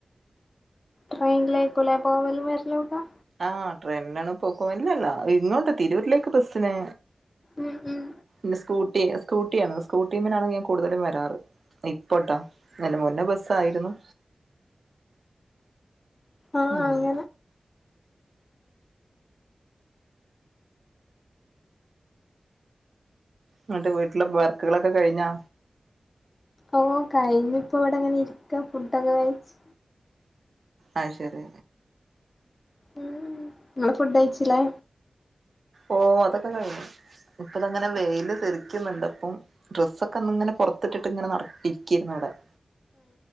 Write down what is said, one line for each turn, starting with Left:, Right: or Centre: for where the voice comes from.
Left: ട്രെയി ലേക്കല പോവലും വരില്ലോക്ക?
Right: ആഹ് ട്രെയിനാണ് പോക്ക വല്ലല്ലോ ഇങ്ങോട്ട് തിരൂരിലേക്ക് ബസിന്.
Left: ഉം ഉം
Right: പി സ്കൂട്ടി സ്കൂട്ടിയാണ് സ്കൂട്ടിമ്മനാണ് ഞാൻ കൂടുതലും വരാറ്. ഇപ്പോട്ടോ അയിന് മുന്നേ ബസ്സ ആയിരുന്നു.
Left: ആഹ
Right: ഉം
Left: അങ്ങനനെ
Right: എന്നിട്ട് വീട്ടിലെ വർക്കുകളൊക്കെ കഴിഞ്ഞാ?
Left: ഓ കഴിഞ്ഞു. ഇപ്പ ഇവിടെ അങ്ങനെ ഇരിക്ക ഫുഡൊക്കെ കഴച്ച്
Right: ആഹ ശരി.
Left: ഉം നിങ്ങള് ഫുഡ് കയ്ച്ചില്ലേ?
Right: ഓ അതൊക്കെ കഴിഞ്ഞു. ഇപ്പത അങ്ങനെ വെയിയില് തെറിക്കുന്നുണ്ട്. അപ്പം ഡ്രസ്സൊക്കെ ഇങ്ങനെ പുറത്തിട്ടിട്ട് ഇങ്ങനെ നട ഇരിക്കയിരുന്നു. അ <unintelligible>